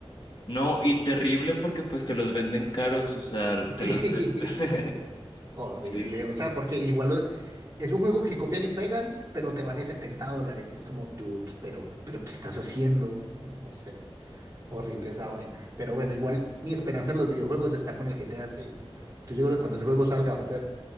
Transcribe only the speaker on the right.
Sí,
<laughs> horrible.
O sea, porque igual o- es un juego que copian y pegan, pero te vale 70 dólares. Y es como, dude, pero, pero ¿qué estás haciendo? No sé. Horrible esa vaina. Pero bueno, igual mi esperanza en los videojuegos está con el GTA 6. Entonces, yo creo que cuando ese juego salga va a ser